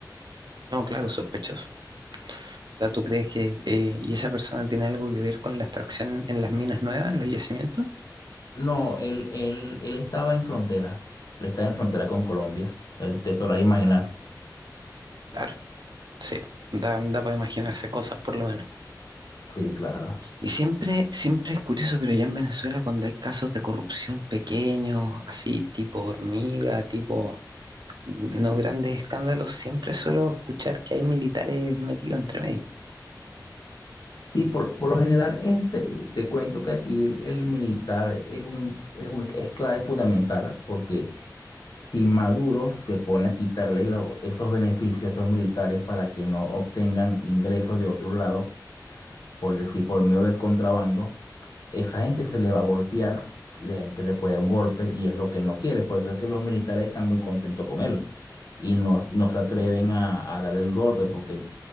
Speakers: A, on the right; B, on the left.
A: No, claro, sospechoso. O sea, ¿tú crees que eh, y esa persona tiene algo que ver con la extracción en las minas nuevas, en los yacimientos?
B: No, él, él, él estaba en frontera, él estaba en frontera con Colombia, eh, te podrás imaginar.
A: Claro, sí, da, da para imaginarse cosas por lo menos.
B: Sí, claro.
A: Y siempre, siempre es curioso, pero ya en Venezuela cuando hay casos de corrupción pequeños, así tipo hormiga, tipo no grandes escándalos, siempre suelo escuchar que hay militares metidos entre medio.
B: Sí, por, por lo general, este, te cuento que aquí el, el militar es un, es un- es clave fundamental porque si Maduro se pone a quitarle lo- esos beneficios a esos militares para que no obtengan ingresos de otros lados, por decir, por medio del contrabando, esa gente se le va a voltear, si la gente le puede dar un golpe y es lo que él no quiere. Por eso es que los militares están muy contentos con él y no, no se atreven a, a darle el golpe porque,